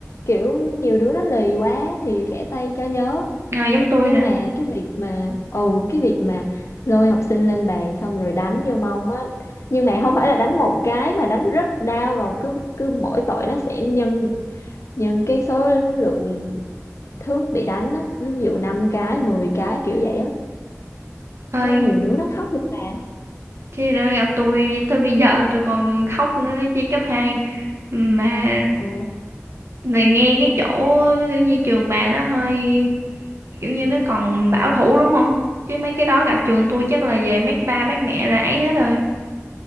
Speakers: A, on the left (about 65°); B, on the right (about 55°).
A: Kiểu nhiều đứa nó lì quá thì khẽ tay cho nhớ.
B: Ờ, giống tôi
A: Nhưng
B: nè
A: mà cái việc mà ừ cái việc mà lôi học sinh lên bàn xong rồi đánh vô mông á, nhưng mà không phải là đánh một cái mà đánh rất đau và cứ cứ mỗi tội nó sẽ nhân nhân cái số lượng thước bị đánh á, ví dụ 5 cái, 10 cái kiểu vậy á.
B: ơi
A: Có nhiều đứa nó khóc luôn mà.
B: chứ nữa gặp tôi tới bây giờ tôi còn khóc nữa đó chứ cấp 2 mà
A: Ồ,
B: này nghe cái chỗ như trường bà nó hơi kiểu như nó còn bảo thủ đúng không chứ mấy cái đó gặp trường tôi chắc là về mát ba mát mẹ là ấy hết rồi